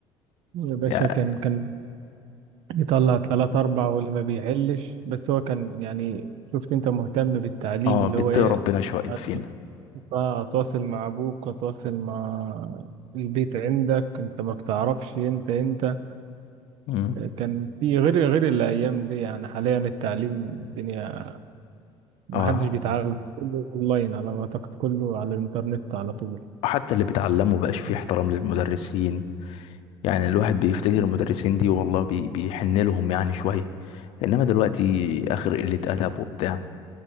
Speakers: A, on the right; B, on the left.
A: يا باشا
B: يعني
A: كان كان يطلع تلات أربع واللي ما بيحلش بس هو كان يعني شفت أنت مهتم بالتعليم
B: اه
A: اللي
B: بيتقي
A: هو إيه
B: ربنا شوية
A: أتواصل
B: فينا
A: أتواصل مع أبوك أتواصل مع البيت عندك أنت ما بتعرفش أنت أنت
B: مم.
A: كان في غير غير الأيام دي يعني حاليا التعليم الدنيا ما
B: اه
A: حدش بيتعلم كله اونلاين على ما اعتقد كله على الانترنت على طول
B: حتى اللي بتعلمه بقاش فيه احترام للمدرسين يعني الواحد بيفتكر المدرسين دي والله بي بيحن لهم يعني شوية انما دلوقتي اخر قلة ادب وبتاع